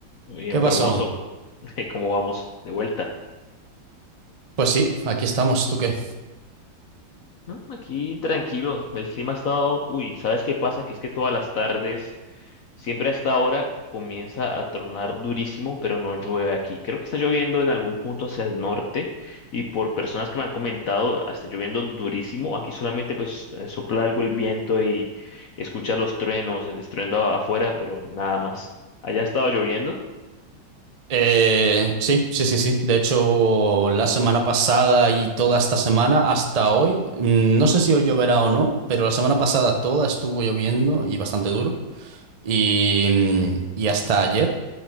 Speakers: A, on the left; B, on the right.
A: Muy bien,
B: ¿Qué pasó?
A: Formoso. <laughs> ¿Cómo vamos? De vuelta.
B: Pues sí, aquí estamos, ¿tú qué?
A: No, aquí tranquilos. El clima ha estado. Uy, ¿sabes qué pasa? Que es que todas las tardes, siempre hasta ahora, comienza a tronar durísimo, pero no llueve aquí. Creo que está lloviendo en algún punto hacia el norte y por personas que me han comentado, está lloviendo durísimo. Aquí solamente pues eh, sopla algo el viento y escucha los truenos, el estruendo a- afuera, pero nada más. ¿Allá ha estado lloviendo?
B: Eh, sí, sí, sí, sí. De hecho, la semana pasada y toda esta semana hasta hoy, mm, no sé si hoy lloverá o no, pero la semana pasada toda estuvo lloviendo y bastante duro. Y, mm, y hasta ayer